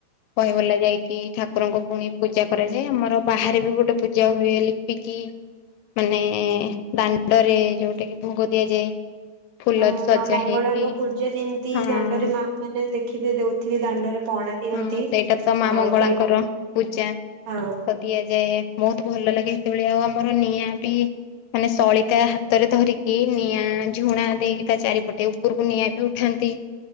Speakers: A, on the left; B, on the right.
A: ବହି ବୋଲା ଯାଇକି ଠାକୁରଙ୍କୁ ପୁଣି ପୂଜା କରାଯାଏ ଆମର ବାହାରେ ବି ଗୋଟେ ପୂଜା ହୁଏ ଲିପିକି ମାନେ ଦାଣ୍ଡରେ ଯୋଉଟା କି ଭୋଗ ଦିଆଯାଏ। ଫୁଲ
B: ହଁ
A: ସଜା
B: ମା ମଙ୍ଗଳାଙ୍କ
A: ହେଇକି
B: ପୂଜା ଯେମିତି
A: ହଁ ହଁ
B: ଦାଣ୍ଡରେ ମା ମାନେ ଦେଖିବେ ଦଉଥିବେ ଦାଣ୍ଡରେ ପଣା ଦିଅନ୍ତି।
A: ହଁ ସେଇଟା ତ ମା
B: ହଁ
A: ମଙ୍ଗଳାଙ୍କର
B: ସେଇଠି
A: ପୂଜା ତ
B: ହଁ
A: ଦିଆ ଯାଏ ବହୁତ ଭଲ ଲାଗେ ସେତେବେଳେ ଆଉ ଆମର ନିଆଁ ବି ମାନେ ସଳିତା ହାତରେ ଧରିକି ନିଆଁ ଝୁଣା ଦେଇକି ତା ଚାରିପଟେ ଉପରକୁ ନିଆଁ ବି ଉଠାନ୍ତି।